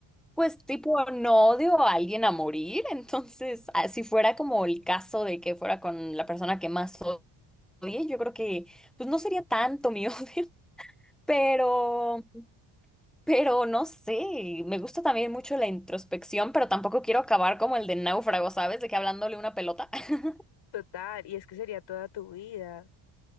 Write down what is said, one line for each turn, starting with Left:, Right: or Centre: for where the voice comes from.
Centre: Pues tipo, no odio a alguien a morir, entonces, ah, si fuera como el caso de que fuera con la persona que más odie, yo creo que, pues no sería tanto mi <laughs> odio, pero, pero no sé, me gusta también mucho la introspección, pero tampoco quiero acabar como el de náufrago, ¿sabes? De que hablándole una pelota. <laughs>
Left: Total, y es que sería toda tu vida,